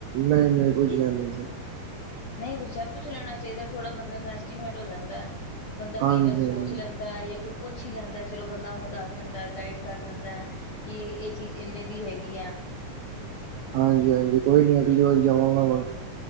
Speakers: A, on the right; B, on the left.
A: ਨਈ-ਨਈ ਪੁਛੇਆ ਨਈ ਸੀ।
B: ਨਈ ਪੁੱਛਿਆ, ਪੁੱਛ ਲੈਨਾ ਚਾਈਦੈ ਥੋੜਾ ਬੰਦੇ ਨੂੰ ਐਸਟੀਮੇਟ ਹੋ ਜਾਂਦੈ ਬੰਦਾ ਕਈ
A: ਹਾਂਜੀ
B: ਵਾਰ
A: ਹਾਂਜੀ
B: ਸੋਚ ਲੈਂਦਾ ਜਾਂ ਕੋਈ ਪੁੱਛ ਈ ਲੈਂਦਾ ਚਲੋ ਬੰਦਾ ਉਨੂੰ ਦੱਸ ਦਿੰਦੈ ਗਾਈਡ ਕਰ ਦਿੰਦੈ। ਕਿ ਏ ਚੀਜ਼ ਇਨੇ ਦੀ ਹੈਗੀ ਆ।
A: ਹਾਂਜੀ-ਹਾਂਜੀ ਕੋਈ ਨੀ ਅਗਲੀ ਵਾਰੀ ਜਾਵਾਂਗਾ ਮੈ